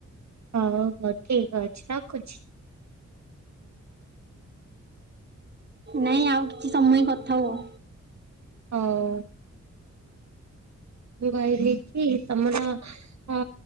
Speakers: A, on the right; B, on the right.
A: ହଉ ହଉ ଠିକ୍ ଅଛି ରଖୁଛି।
B: ନାଇଁ ଆଉ କିଛି ସମୟ କଥା ହୁଅ।
A: ଆଉ। ମୁଁ କହିଲି କି ତମର ଅ